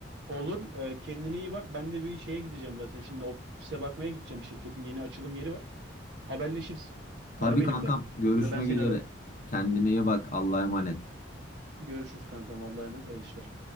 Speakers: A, on the right (about 65°); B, on the left (about 40°).
A: olur. Ee, kendine iyi bak. Ben de bir şeye gideceğim zaten. Şimdi ofise bakmaya gideceğim. Şirketin yeni açılım yeri var. Haberleşiriz.
B: Tabii
A: Ara beni
B: kankam
A: bir de.
B: görüşmek
A: Ya da ben seni
B: üzere.
A: ararım.
B: Kendine iyi bak Allah'a emanet.
A: Görüşürüz kankam. Vallahi emanet. Hayırlı işler.